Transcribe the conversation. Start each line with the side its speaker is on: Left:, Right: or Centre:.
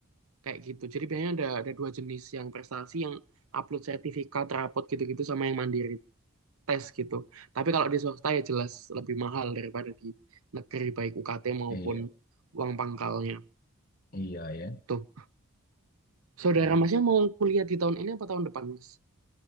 Right: kayak gitu. Jadi biasanya ada ada dua jenis, yang prestasi yang upload sertifikat, rapot gitu-gitu sama yang mandiri. tes gitu. Tapi kalau di swasta ya jelas lebih mahal daripada di negeri baik UKT maupun
Left: iya
Right: uang pangkalnya.
Left: iya ya.
Right: Tuh, saudara
Left: Hmm.
Right: masnya mau kuliah di tahun ini apa tahun depan, Mas?